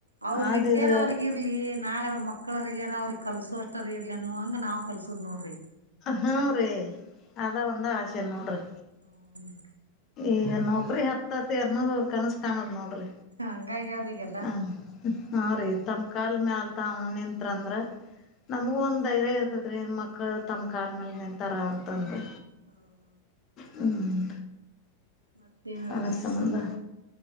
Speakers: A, on the right (about 80°); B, on the left (about 35°).
A: ಅವ್ರ
B: ಆದ
A: ವಿದ್ಯಾರ
B: ಇದು.
A: ಅವ್ರಿಗ ಇರ್ಲಿ ನಾಳೆ ಅವರ ಮಕ್ಕಳು ಮಕ್ಕಳರಿಗೆರ ಅವ್ರಿಗೆ ಕಲ್ಸು ಅಷ್ಟರಿ ಇರ್ಲಿನ್ನು ಹಂಗ ನಾವ್ ಕಲ್ಸದ್ ನೋಡ್ರಿ
B: ಹ್ಮ ರೀ ಅದ ಒಂದ ಆಸೆ ನೋಡ್ರಿ.
A: ಹ್ಮ
B: ಈಗ ನೌಕರಿ ಹತ್ತತಿ ಅನ್ನೋದು ಕನಸ ಕಾಣೋದು ನೋಡದ
A: ಹಂಗಾಗಿ ಅವ್ರಿಗೆಲ್ಲ
B: ಹ ಹೀ ತಮಕಾಲ್ ಮ್ಯಾಗ ತಾವು. ನ್ಂತ ಅಂದ್ರ. ನಮಗೂ ಒಂದ ಧೈರ್ಯ ಇರ್ <unintelligible> ಮಕ್ಕಳು ತಮ್ಮ ಕಾಲ್ ಮೇಲೆ ನಿಂತಾರ ಅಂತಂದು
A: ಹೌದ
B: ಹ್ಮ್
A: ಮತ್ತೇನಾರ
B: ಅದರ
A: ವಿಶೇಷ
B: ಸಂಬಂಧ
A: ರೀ